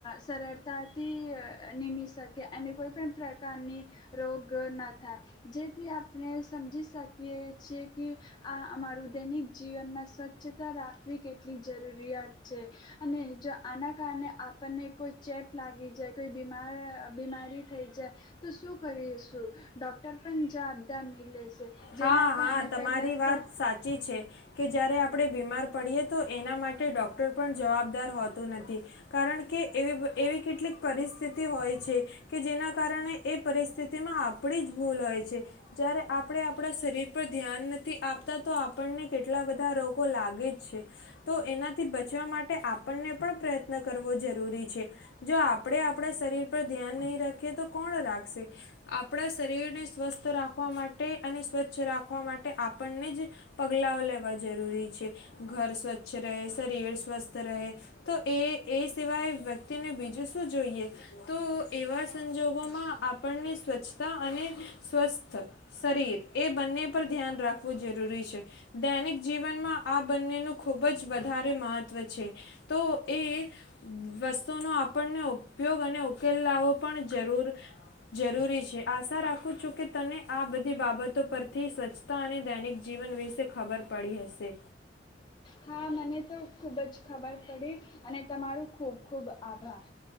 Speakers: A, on the left; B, on the left.
A: સરળતાથી નિમી શકે અને કોઈપણ પ્રકારની રોગ ન થાય જેથી આપને સમજી શકીએ છીએ કી આ આ મારું દૈનિક જીવનમાં સ્વચ્છતા રાખવી કેટલી જરૂરિયાત છે અને જો આના કારણે આપણને કોઈ ચેપ લાગી જાય કોઈ બીમાર બીમારી થઈ જાય તો શું કરીશું, ડૉક્ટર પણ જવાબદાર નહીં લેશે.
B: હા-હા
A: જેના કારણે
B: તમારી
A: પહેલાં
B: વાત
A: તો
B: સાચી છે. કે જયારે આપણે બીમાર પડીએ એ તો એના માટે ડોક્ટર પણ જવાબદાર હોતું નથી, કારણ કે એવી-એવી કેટલીક પરિસ્થિતિ હોય છે કે જેના કારણે એ પરિસ્થિતિમાં આપણી જ ભૂલ હોય છે. જ્યારે આપણે આપણા શરીર પર ધ્યાન નથી આપતા તો આપણને કેટલા બધા રોગો લાગે જ છે. તો એનાથી બચવા માટે આપણને પણ પ્રયત્ન કરવો જરૂરી છે. જો આપણે આપણા શરીર પર ધ્યાન નહીં રાખીએ તો કોણ રાખશે. આપણા શરીરને સ્વસ્થ રાખવા માટે અને સ્વચ્છ રાખવા માટે આપણને જ પગલાંઓ લેવા જરૂરી છે. ઘર સ્વચ્છ રહે, શરીર સ્વસ્થ રહે તો એ-એ સિવાય વ્યક્તિને બીજું શું જોઈએ. તો એવા સંજોગોમાં આપણને સ્વચ્છતા અને સ્વસ્થ શરીર એ બંને પર ધ્યાન રાખવું જરૂરી છે. દૈનિક જીવનમાં આ બંનેનું ખૂબ જ વધારે મહત્ત્વ છે. તો એ વસ્તુનો આપણને ઉપયોગ અને ઉકેલ લાવવો પણ જરૂર-જરૂરી છે. આશા રાખું છું કે તને આ બધ ધી બાબતો પરથી સ્વચ્છતા અને દૈનિક જીવન વિશે ખબર પડી હશે.
A: હા મને તો ખુબ જ ખબર પડી અને તમારું ખૂબ-ખૂબ આભાર.